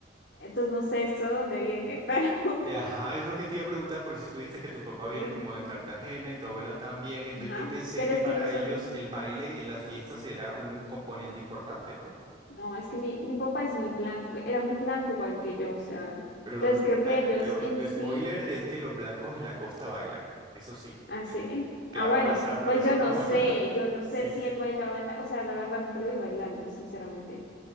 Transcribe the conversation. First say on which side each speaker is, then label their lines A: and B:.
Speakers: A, on the left; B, on the right.
A: Entonces no sé eso de dónde viene, <laughs> pero
B: Ajá, es lo que te iba a preguntar, porque si tú dijiste que tu papá viene
A: sí.
B: como de Cartagena y tu abuela también, entonces
A: Ajá.
B: yo pensé
A: Pero
B: que
A: es
B: para
A: que ellos son,
B: ellos el baile en las fiestas era un componente importante, ¿no?
A: no, es que mi, mi papá es muy blanco, era muy blanco igual que yo, o sea.
B: Pero los...
A: Entonces creo que
B: Ay,
A: ellos
B: te-
A: en sí,
B: spoiler es que los blancos en la costa bailan. Eso sí,
A: así.
B: claro,
A: Ah, bueno,
B: bastante.
A: pues
B: Eso
A: yo
B: no.
A: no sé,
B: <laughs>
A: yo no sé
B: Sí,
A: si
B: sí.
A: él bailaba en la, o sea, la verdad nunca lo vi bailando, sinceramente.